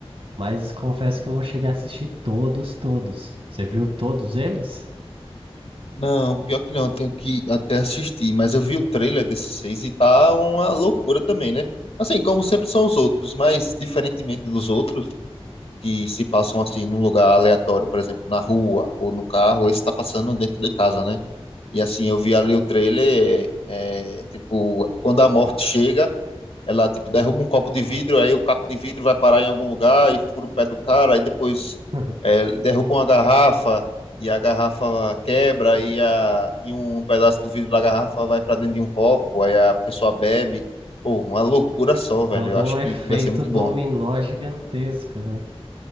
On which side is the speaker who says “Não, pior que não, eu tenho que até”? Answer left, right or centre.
Left